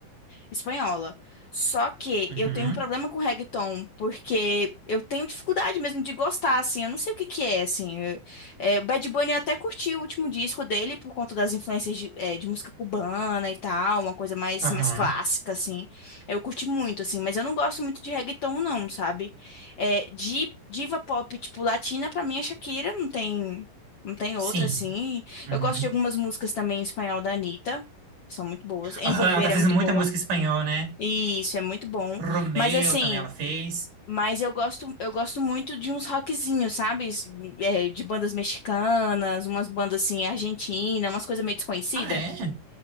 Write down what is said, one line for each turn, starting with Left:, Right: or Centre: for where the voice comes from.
Left: espanhola. Só que
Right: Uhum,
Left: eu tenho um problema com reggaeton, porque eu tenho dificuldade mesmo de gostar, assim, eu não sei o que que é, assim. Eu- é, o Bad Bunny eu até curti o último disco dele por conta das influências de, é, de música cubana e tal, uma coisa mais,
Right: aham,
Left: mais clássica, assim. Eu curti muito, assim, mas eu não gosto muito de reggaeton, não, sabe? É, de diva pop, tipo, latina, pra mim é Shakira, não tem, não tem
Right: sim.
Left: outra, assim.
Right: Uhum.
Left: Eu gosto de algumas músicas também em espanhol da Anitta, são muito boas. Envolver
Right: Aham, ela tá
Left: é
Right: fazendo
Left: muito boa,
Right: muita música em espanhol, né?
Left: e isso é muito bom.
Right: Romeo
Left: Mas, assim,
Right: também ela fez.
Left: mas eu gosto, eu gosto muito de uns rockzinhos, sabe? S- é, de bandas mexicanas, umas bandas, assim, argentinas, umas coisas meio desconhecidas.
Right: Ah, é?